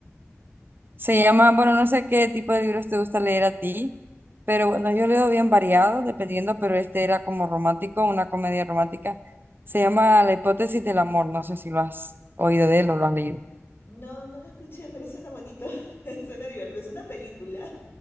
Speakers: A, on the right; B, on the left.
A: Se llama, bueno, no sé qué tipo de libros te gusta leer a ti, pero bueno, yo leo bien variado, dependiendo, pero este era como romántico, una comedia romántica. Se llama La hipótesis del amor, no sé si lo has oído de él o lo has leído.
B: No, no lo escuché, pero suena bonito. <laughs> Suena divertido. Es una película,